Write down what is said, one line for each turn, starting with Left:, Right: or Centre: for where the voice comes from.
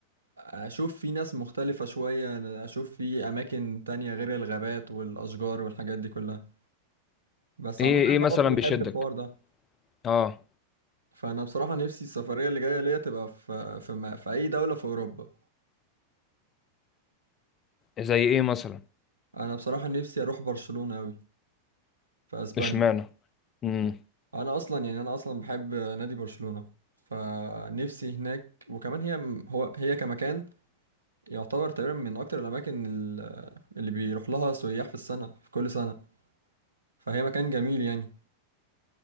Right: اشوف في ناس مختلفة شوية أنا اشوف في اماكن تانية غير الغابات والاشجار والحاجات دي كلها بس
Left: ايه
Right: عامة
Left: ايه
Right: انا
Left: مثلا
Right: برضو بحب
Left: بيشدك
Right: الحوار ده
Left: اه
Right: فانا بصراحة نفسي السفرية اللي جاية ليا تبقى في في, ما في اي دولة في اوروبا
Left: زي ايه مثلا
Right: فانا بصراحة نفسي اروح برشلونة اوي في اسبانيا
Left: اشمعنى امم
Right: انا اصلا يعني انا اصلا بحب نادي برشلونة فنفسي هناك وكمان هي هو هي كمكان يعتبر تقريبا من اكتر الاماكن ال- اللي بيروح لها سياح في السنة في كل سنة فهي مكان جميل يعني